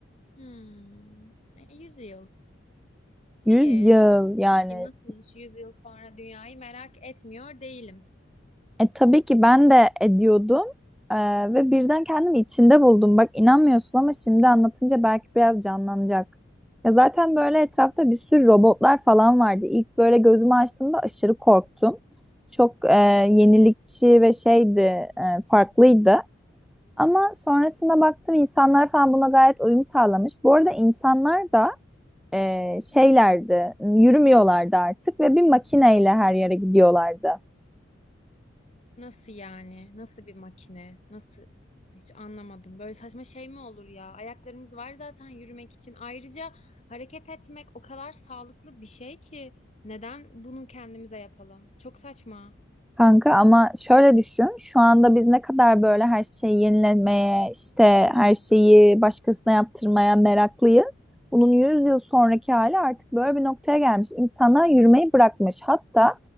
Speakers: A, on the left; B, in the centre.
A: Hmm, e, 100 yıl. İyi.
B: yüz yıl
A: Anlatayım
B: yani
A: nasılmış 100 yıl sonra dünyayı merak etmiyor değilim.
B: E, tabii ki ben de ediyordum E, ve birden kendimi içinde buldum. Bak inanmıyorsun ama şimdi anlatınca belki biraz canlanacak. Ya zaten böyle etrafta bir sürü robotlar falan vardı. İlk böyle gözümü açtığımda aşırı korktum. Çok e, yenilikçi ve şeydi, e, farklıydı. Ama sonrasında baktım insanlar falan buna gayet uyum sağlamış. Bu arada insanlar da e, şeylerdi, yürümüyorlardı artık ve bir makineyle her yere gidiyorlardı.
A: Nasıl yani? Nasıl bir makine? Nasıl? Hiç anlamadım. Böyle saçma şey mi olur ya? Ayaklarımız var zaten yürümek için. Ayrıca hareket etmek o kadar sağlıklı bir şey ki neden bunu kendimize yapalım? Çok saçma.
B: Kanka ama şöyle düşün, şu anda biz ne kadar böyle her şeyi yenilemeye, işte her şeyi başkasına yaptırmaya meraklıyız. Bunun 100 yıl sonraki hali artık böyle bir noktaya gelmiş. İnsanlar yürümeyi bırakmış. Hatta